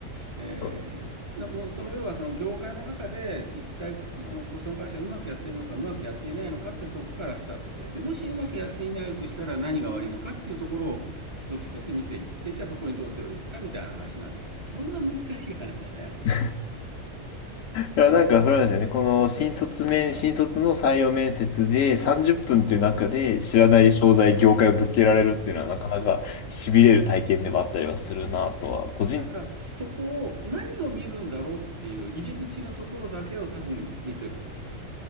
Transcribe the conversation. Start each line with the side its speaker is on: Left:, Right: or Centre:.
Right: え
Left: そう
Right: ー、もうその要はその業界の中で一体あのその会社がうまくやってるのかうまくやっていないのかってとこからスタートで、でもしうまくやっていないとしたら何が悪いのかっていうところを一つ一つ見ていってじゃあそこにどう手を打つかみたいな話なんですよ、ね、そんな難しい話じゃないはずなんですよね。
Left: <laughs> いや、なんか、それなんですよね。この新卒面、新卒の採用面接で30分っぷんっていう中で知らない商材、
Right: ね
Left: 業界をぶつけられるっていうのはなかなか痺れる体験ではあったりはするなとは、
Right: ね
Left: 個人、
Right: だからそこを何を見るんだろうっていう入り口のところだけを多分見てるんですよ。